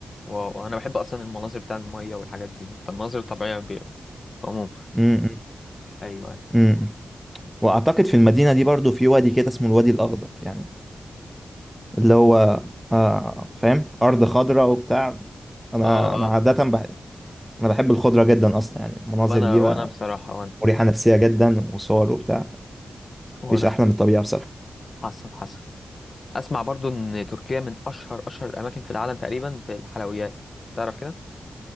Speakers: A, on the left; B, in the centre.
A: واو انا بحب اصلا المناظر بتاع المية والحاجات دي طب المناظر الطبيعية ب- عموما
B: مم.
A: ايوه ايوه
B: مم. وأعتقد في المدينة دي برضو في وادي كده اسمه الوادي الأخضر يعني اللي هو آه فاهم أرض خضراء وبتاع أنا
A: اه اه
B: أنا عادة بحب أنا بحب الخضرة جدا أصلا يعني المناظر
A: وانا
B: دي
A: وانا
B: بقى
A: بصراحة
B: مريحة نفسية جدا وصور وبتاع
A: وانا
B: مفيش أحلى من الطبيعة بصراحة
A: حسن حسن اسمع برضو ان تركيا من اشهر اشهر الاماكن في العالم تقريبا في الحلويات تعرف كده